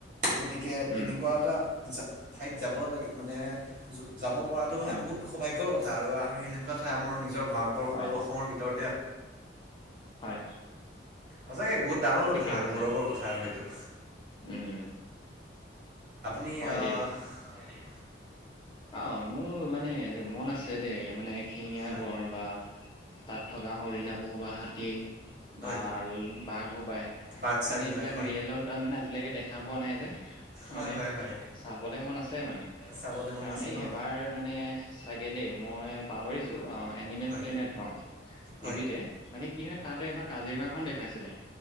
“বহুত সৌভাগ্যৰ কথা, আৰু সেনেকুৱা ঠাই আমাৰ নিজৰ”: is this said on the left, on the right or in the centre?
Right